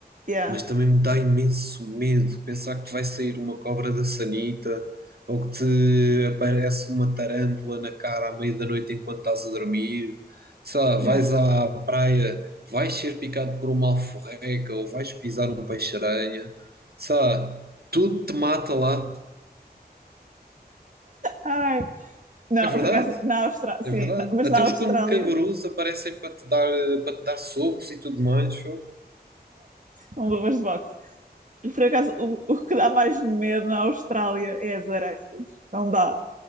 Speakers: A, on the right (about 50°); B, on the right (about 70°).
A: yeah,
B: mas também me dá imenso medo pensar que te vai sair uma cobra da sanita ou que te aparece uma tarântula na cara à meia da noite enquanto estás a dormir. Sei lá, vais
A: yeah.
B: à praia, vais ser picado por uma alforreca ou vais pisar um peixe-aranha. Sei lá, tudo te mata lá.
A: Ai, Não,
B: É verdade,
A: por acaso, na Austrália, sim,
B: é verdade.
A: mas
B: Até
A: na
B: os
A: Austrália,
B: can- cangurus aparecem para te dar, eh, para te dar socos e tudo mais. fogo.
A: com luvas de boxe. por acaso, o, o que dá mais medo na Austrália é as aranhas. Não dá.